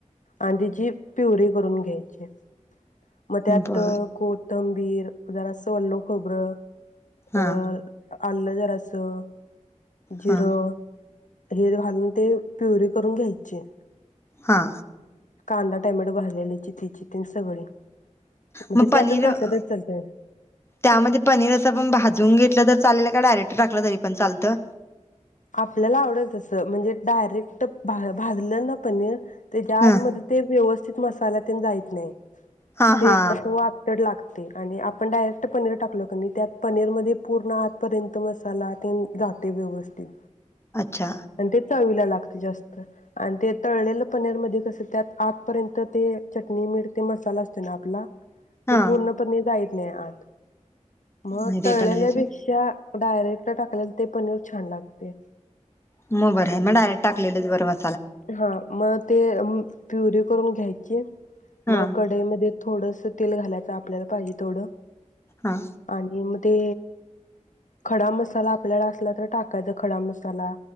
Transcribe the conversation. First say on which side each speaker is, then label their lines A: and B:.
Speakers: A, on the left; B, on the left.
A: आणि तिची प्युरी करून घ्यायचीय. मग त्यातं
B: बर
A: को थंबीर, जरासं ओलं खोबरं, अ
B: हा
A: आलं जरासं, जिरं
B: हा
A: <unintelligible> ते प्युरी करून घ्यायचे.
B: हां
A: कांदा, टॅमॅटो, भाजलेली चिथी चिथीन सगळी. म्हणजे
B: मग पनीरं
A: त्यातच घातलं तर चालतंय
B: त्यामध्ये पनीर असं पण भाजून घेत तर चालेल का डायरेक्टर टाकलं तरीपण चालतं?
A: आपल्याला आवडेलं तसं म्हणजे डायरेक्ट भा भाजलं ना पनीर तेच्या
B: ह
A: आत मध्ये ते व्यवस्थि मसाल्यातेन जाईत नाय,
B: हा
A: ते
B: हा
A: कसं वात्तडं लाग ते आणि आपण डायरेक्ट पनीर टाकलं क नी त्यात पनीरमध्ये पूर्ण आतपर्यंत मसाला ते जाते व्यवस्थित
B: अच्छा
A: आणि ते चावी लागते जास्त आणि ते तळलेलं पनीर मध्ये कसं त्यात आतपर्यंत ते चटणी मीठ ते मसाला असते ना आपला तो
B: हा
A: पूर्णपणे जाईल व्हय आत. मगं
B: नाही ते
A: तळलेल्या
B: पण आहे
A: पेक्षा
B: सोड
A: डायरेक्ट टाकलेला ते पनीर छान लाग ते.
B: मग बर आहे मग डायरेक्ट टाकलेलच बरं अ
A: हा म ते प्युरी करून घ्यायची मग
B: हा
A: कढई मध्ये थोडस तेल घालायचं आपल्याला पाहिजे तेवढ
B: हा
A: आणि म ते खडा मसाला आपल्याला असला तर टाकायचा खडा मसाला